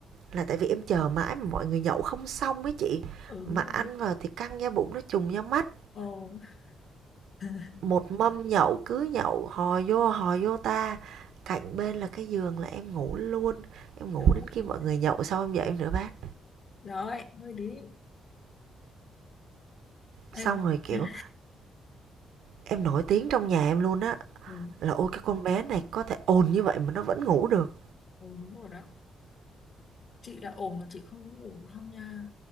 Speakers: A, on the right; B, on the left.
A: là tại vì em chờ mãi mà mọi người nhậu không xong với chị
B: Ừ,
A: mà
B: đúng
A: ăn
B: rồi.
A: vào thì căng da bụng nó trùng da mắt
B: Ồ, <laughs>
A: Một mâm nhậu cứ nhậu, hò vô hò vô ta, cạnh bên là cái giường là em ngủ luôn, em ngủ
B: rồi,
A: đến khi
B: rồi,
A: mọi người nhậu xong em dậy em rửa bát.
B: rồi, mới đi.
A: Xong
B: Ê, mà
A: rồi, kiểu,
B: nhá.
A: em nổi tiếng trong nhà em luôn á,
B: Ừ.
A: là "Ôi, cái con bé này có thể ồn như vậy mà nó vẫn ngủ được."
B: Ồ, đúng rồi đó. Chị đã ổn mà chị không có ngủ được không nha.